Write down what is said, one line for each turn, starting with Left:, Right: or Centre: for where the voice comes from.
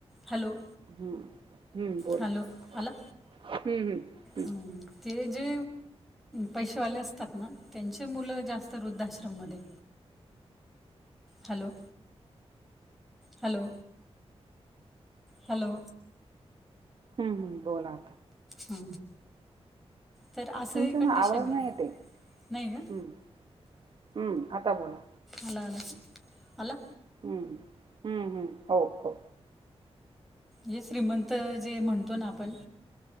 Centre: हॅलो,
Right: हम हम्म बोला
Centre: हॅलो,
Right: हम्म
Centre: आला?
Right: हम्म हम्म
Centre: हं, ते जे पैसेेवाले असतात ना त्यांचे मुलं जास्त वृद्धाश्रममध्ये हॅलो हॅलो हॅलो
Right: हम्म बोला
Centre: ह तर असं
Right: तुमचा
Centre: ही कंडिशन
Right: ना आवाज
Centre: आहे
Right: नाही येते
Centre: नाही ग
Right: हम्म, हम्म आता बोला
Centre: अला अला अला
Right: हम्म हम्म हम्म हो हो
Centre: ये श्रीमंत जे म्हणतो ना आपण